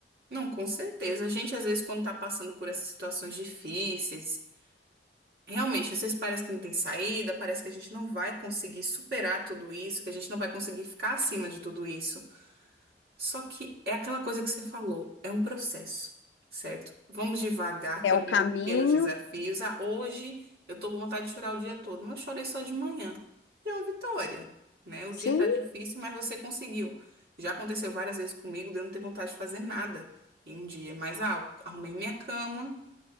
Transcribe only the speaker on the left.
É
o caminho.
Sim,